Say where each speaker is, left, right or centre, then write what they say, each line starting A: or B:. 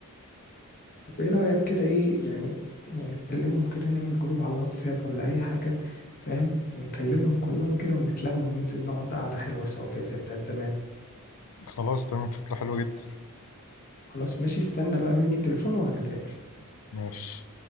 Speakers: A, on the left; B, on the left.
A: طب ايه رايك كده ايه يعني يعني نكلمهم كده نعمل جروب على الواتساب ولا اي حاجه فاهم نكلمهم كلهم كده ونتلم وننزل نقعد قعده حلوه سوا كده زي بتاعت زمان
B: خلاص تمام فكره حلوه جدا
A: خلاص ماشي استنى بقى مني تليفون وهنتقابل
B: ماشي